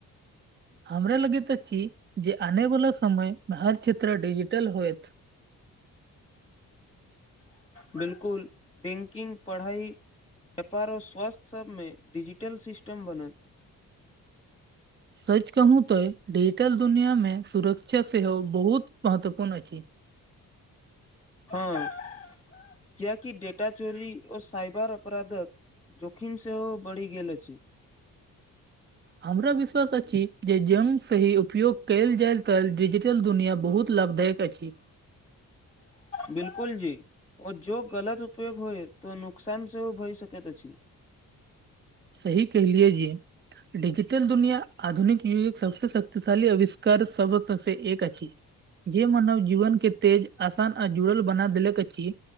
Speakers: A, on the right; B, on the left.
A: हमरा लगैत अछि जे आने वाला समय मे हर क्षेत्र डिजिटल होयत।
B: बिलकुल तीनकिंग पढ़ाइ व्यापारो स्वास्थ्य सभमे डिजिटल सिस्टम बनत।
A: सच कहू तऽ डिजिटल दुनियामे सुरक्षा सेहो बहुत महत्वपूर्ण अछि।
B: हँ किया कि डेटा चोरी ओ साइबर अपराधक जोखीम सेहो बढ़ि गेल अछि।
A: हमरा विश्वास अछि जे जम सही उपयोग कयल जाय त डिजिटल दुनिया बहुत लाभधायक अछि।
B: बिलकुल जी ओ जो गलत उपयोग होएत तो नुकसान सेहो भय सकैत अछि।
A: सही कहलियए जी। डीजिटल दुनिया आधुनिक युगके सबसे शक्तिशाली आविष्कार सबहक में से एक अछि। जे मानव जीवन के तेज आसान आ जुड़ल बना देलक अछि।